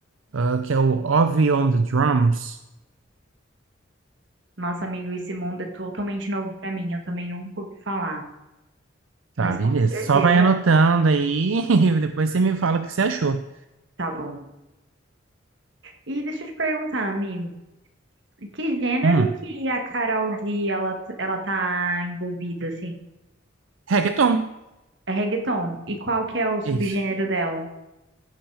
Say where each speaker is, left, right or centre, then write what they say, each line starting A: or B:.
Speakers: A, on the right; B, on the right.
A: ah, que é o Ovy on the Drums.
B: Nossa, amigo, esse mundo é totalmente novo pra mim. Eu também nunca ouvi falar,
A: Tá,
B: mas
A: beleza.
B: com certeza
A: Só vai anotando aí <laughs> e depois você me fala o que você achou.
B: tá bom. E deixa eu te perguntar, amigo, que gênero
A: Hum,
B: que a Karol G ela, ela tá envolvida assim?
A: reggaeton,
B: É reggaeton. E qual que é o subgênero
A: é isso.
B: dela?